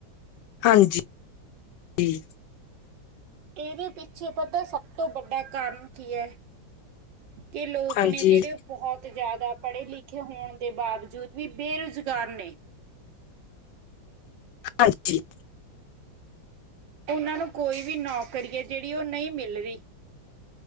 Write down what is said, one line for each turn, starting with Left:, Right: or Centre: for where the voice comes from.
Left: ਹਾਂਜੀ ਹਾਂਜੀ,
Right: ਇਦੇ ਪਿੱਛੇ ਪੱਤਾ ਏ ਸਭ ਤੋਂ ਵੱਡਾ ਕਾਰਨ ਕੀ ਐ? ਕਿ ਲੋਕ
Left: ਹਾਂਜੀ,
Right: ਨੇ ਜਿੜੇ ਓ ਬਹੁਤ ਜ਼ਿਆਦਾ ਪੜ੍ਹੇ ਲਿਖੇ ਹੋਣ ਦੇ ਬਾਵਜੂਦ ਵੀ ਬੇਰੁਜ਼ਗਾਰ ਨੇ।
Left: ਹਾਂਜੀ <unintelligible>
Right: ਇਨਾਂ ਨੂੰ ਕੋਈ ਵੀ ਨੌਕਰੀ ਏ ਜਿੜੀ ਓ ਨਈ ਮਿਲ ਰੀ।